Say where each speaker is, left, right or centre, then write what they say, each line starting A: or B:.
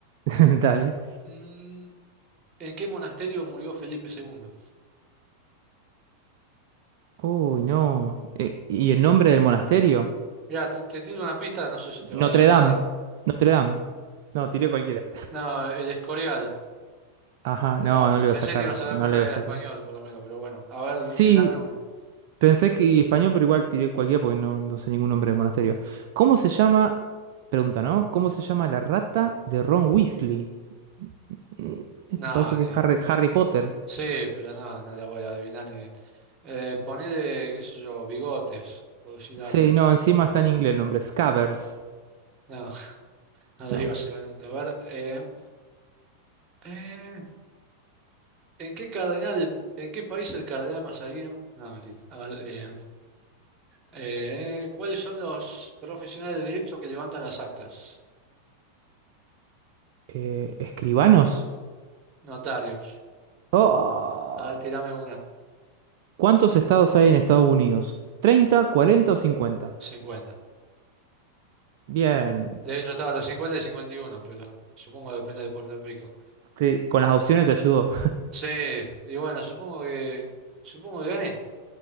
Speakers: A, on the right (about 50°); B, on the right (about 25°).
A: <laughs> Dale.
B: Mm, ¿en qué monasterio murió Felipe II?
A: Uy, no. Eh, ¿y el nombre del monasterio?
B: Mira, te, te tiro una pista, no sé si te
A: Notre
B: va a decir
A: Dame.
B: nada.
A: Notre Dame. No, tiré cualquiera.
B: No, el Escorial.
A: Ajá, no,
B: No,
A: no le iba
B: pensé
A: a sacar,
B: que te ibas a dar
A: no
B: cuenta
A: le iba
B: que era
A: a sacar.
B: español, por lo menos, pero bueno. A ver,
A: Sí,
B: tirame una.
A: pensé que español, pero igual tiré cualquiera porque no, no sé ningún nombre de monasterio. ¿Cómo se llama? Pregunta, ¿no? ¿Cómo se llama la rata de Ron Weasley? Mm, Esto
B: No,
A: parece que
B: ni-
A: es Harry, Harry Potter.
B: Sí, pero no, no la voy a adivinar ni. Eh, ponele, qué sé yo, bigotes, por decir
A: Sí,
B: algo.
A: no, encima está en inglés el nombre. Scabbers.
B: No, <laughs> no les
A: No.
B: iba a sacar nunca. A ver, eh, eh, ¿en qué cardenal, en qué país el cardenal Mazarino? No, mentira. A ver, eh, eh, ¿cuáles son los profesionales de derecho que levantan las actas?
A: Eh, ¿escribanos?
B: Notarios.
A: Oh.
B: A ver, tirame una.
A: ¿Cuántos estados hay en Estados Unidos? 30, 40 o 50.
B: 50.
A: Bien.
B: De hecho, estaba hasta 50 y 51, pero supongo que depende de Puerto Rico.
A: Te- con las opciones te ayudo.
B: Sí, y bueno, supongo que, supongo que gané,